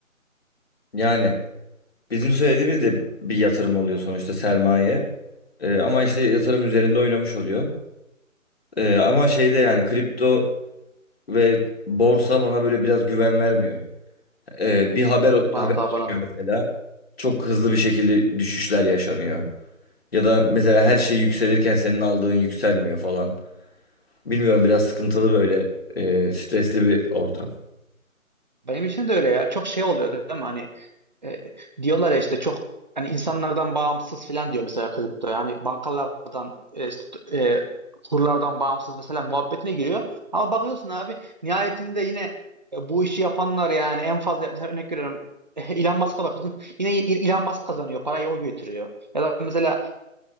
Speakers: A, on the left (about 45°); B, on the right (about 35°).
A: Yani bizim söylediğimiz de bir yatırım oluyor sonuçta sermaye. E, ama işte yatırım üzerinde oynamış oluyor. Ee, ama şeyde yani kripto ve borsa bana böyle biraz güven vermiyor. Ee, bir haber haber
B: Bana da
A: çıkıyor
B: bana da.
A: mesela. Çok hızlı bir şekilde düşüşler yaşanıyor. Ya da mesela her şey yükselirken senin aldığın yükselmiyor falan. Bilmiyorum biraz sıkıntılı böyle e, stresli bir ortam.
B: Benim için de öyle ya. Çok şey oluyor değil mi? Hani e, diyorlar ya işte çok hani insanlardan bağımsız falan diyor mesela kripto. Yani bankalardan e, işte e, kurlardan bağımsız mesela muhabbetine giriyor. Ama bakıyorsun abi nihayetinde yine e, bu işi yapanlar yani en fazla mesela örnek veriyorum <laughs> e, Elon Musk'a bakıyorsun. Yine Elon Musk kazanıyor. Parayı o götürüyor. Ya da mesela